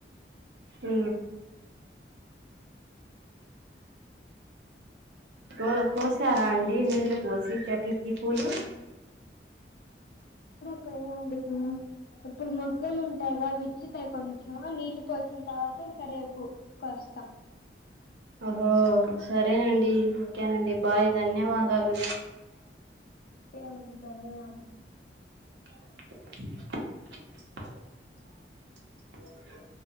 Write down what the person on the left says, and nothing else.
ఎం వండుతున్న ఇప్పుడు మొగ్గలు ఉంటాయిగా అవి చ్చుతాయి కొంచెం నీళ్లు పోసిన తర్వాత ఇంకా రేపు కోస్తాం
కే అండి ధన్యవాదాలు